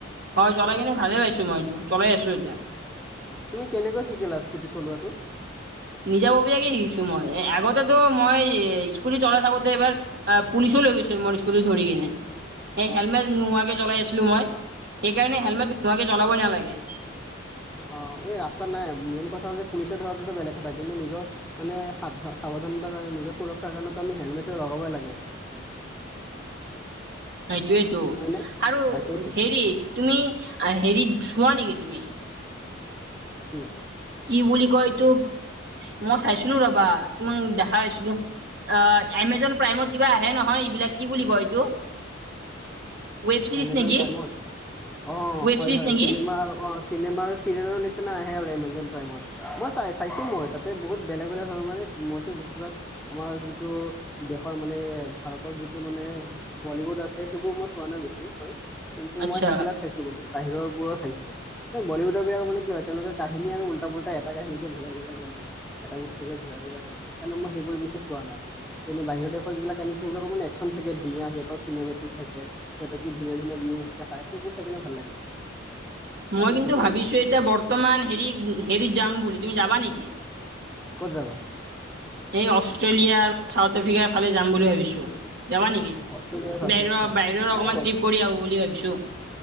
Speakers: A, on the right; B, in the centre.
A: হয় চলাই কিনে ভালে পাইছোঁ মই এইটো চলাই আছো এতিয়া।
B: তুমি কেনেকৈ শিকিলা স্কুটি চলোৱাটো?
A: নিজাববীয়াকে শিকিছো মই আগতেতো মই স্কুটি চলাই থাকোঁতে এবাৰ আহ, পুলিচো লৈ গৈছে মোৰ স্কুটি ধৰি কিনে। এ হেলমেট নোহোৱাকে চলাই আছিলো মই সেইকাৰণে হেলমেট নোহোৱাকে চলাবই নালাগে।
B: অ, এই ৰাস্তাত নাই মেইন কথা হ'ল যে পুলিচে ধৰাটোটো বেলেগ কথা কিন্তু নিজৰ মানে সাধ- সাৱধানতাৰ কাৰণে নিজৰ সুৰক্ষাৰ কাৰণেতো আমি হেলমেটটো লগাবই লাগে।
A: সেইটোয়েতো
B: হয়নে
A: আৰু
B: তাকেইতো
A: হেৰি তুমি হেৰিত চোৱা নেকি তুমি?
B: কি?
A: কি বুলি কয় এই তোক মই চাইছিলোঁ ৰবা তোমাক দেখাই আছলোঁ। অ, এমেজন প্ৰাইমত কিবা আহে নহয় এইবিলাক কি বুলি কয় এইটো? ৱেব চিৰিজ
B: এমেজন
A: নেকি
B: প্ৰাইমত অ,
A: ৱেব
B: হয়
A: চিৰিজ
B: -হয়
A: নেকি
B: চিনেমা <unintelligible> চিনেমা আৰু চিৰিয়েলৰ নিচিনা আহে আৰু এমেজন প্ৰাইমত মই চাই চাইছোঁ মই তাতে বহুত বেলেগ -বেলেগ ধৰণ মানে মইতো বেছিভাগ আমাৰ যিটো দেশৰ মানে ভাৰতৰ যিটো মানে বলীউড আছে সেইবোৰ মই চোৱা নাই বেছি হয় কিন্তু
A: আচ্ছা
B: মই সেইবিলাক চাইছোঁ বুলি বাহিৰৰ বোৰো চাইছোঁ। <unintelligible> বলিউদৰ বিলাক মানে কি হয় তেওঁলোকে কাহিনী আৰু উল্টা- পুল্টা এটা কাহিনী কে ঘূৰাই -ঘূৰাই বনায়। এটা বস্তুকে ঘূৰাই- ঘূৰাই বনাই সেকাৰণে মই সেইবোৰ বেছি চোৱা নাই। কিন্তু বাহিৰৰ দেশৰ যিবিলাক কাহিনী থাকে সেইবিলাকৰ মানে একচন থাকে ধুনীয়া সিহতৰ চিনেমেটিক থাকে। সিহতৰ কি ধুনীয়া -ধুনীয়া ভিউজ দেখায় সেইবোৰ চাইকেনে ভাল লাগে।
A: মই
B: তাকে
A: কিন্তু
B: চাইছোঁ
A: ভাবিছোঁ
B: আৰু
A: এতিয়া বৰ্তমান হেৰি- হেৰিত যাম বুলি তুমি যাবা নেকি?
B: ক'ত যাবা?
A: এই অষ্ট্ৰেলিয়া আৰু চাউথ আফ্ৰিকাৰ ফালে যাম বুলি ভাবিছোঁ। যাবা নেকি
B: অষ্ট্ৰেলিয়া চাউথ
A: বেৰোৱা
B: আফ্ৰিকা
A: বাহিৰৰ
B: অঁ
A: অকমান ট্ৰিপ কৰি আহোঁ বুলি ভাবিছোঁ।